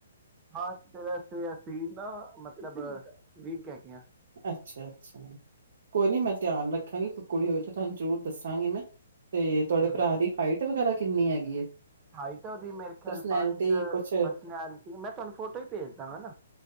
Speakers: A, on the right; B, on the right.
A: ਹਾਂ ਤੇ ਵੈਸੇ ਅਸੀਂ ਨਾ ਮਤਲਬ ਵੀਗ ਹੈ ਗ ਹ
B: ਅੱਛਾ ਅੱਛਾ ਕੋਈ ਨੀ ਮੈ ਤਾਂ ਧਿਆਨ ਰੱਖਾਂਗੀ ਕੋ ਕੁੜੀ ਹੋਵੇ ਤਾਂ ਤੁਹਾਨੂੰ ਜ਼ਰੂਰ ਦੱਸਾਂਗੀ ਮੈਂ ਤੇ ਤੁਹਾਡੇ
A: ਹਾਂਜੀ।
B: ਭਰਾ ਦੀ ਹਾਈਟ ਵਗੈਰਾ ਕਿੰਨੀ ਹੈਗੀ ਏ
A: ਹਾਈਟ ਤਾਂ ਉਹਦੀ ਮੇਰੇ ਖਿਆਲ
B: ਪਰਸਨੈਲਿਟੀ
A: ਪੰਜ
B: ਕੁਛ
A: ਪਰਸਨੈਲਿਟੀ ਮੈਂ ਤੁਹਾਨੂੰ ਫੋਟੋ ਹੀ ਭੇਜ ਦਾਗਾ ਨਾ